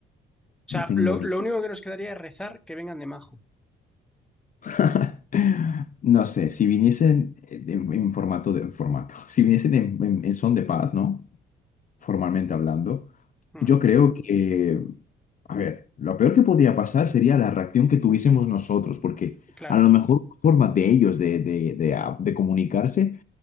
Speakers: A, in the centre; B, on the left.
A: O
B: No
A: sea,
B: tengo
A: lo,
B: ni...
A: lo único que nos quedaría es rezar que vengan de Majo.
B: <laughs> No sé, si viniesen en, en formato de... en formato. <laughs> Si viniesen en, en- en son de paz, ¿no? Formalmente hablando,
A: Hmm,
B: yo creo que... A ver, lo peor que podía pasar sería la reacción que tuviésemos nosotros, porque
A: claro.
B: a lo mejor la forma de ellos de, de, de, a- de comunicarse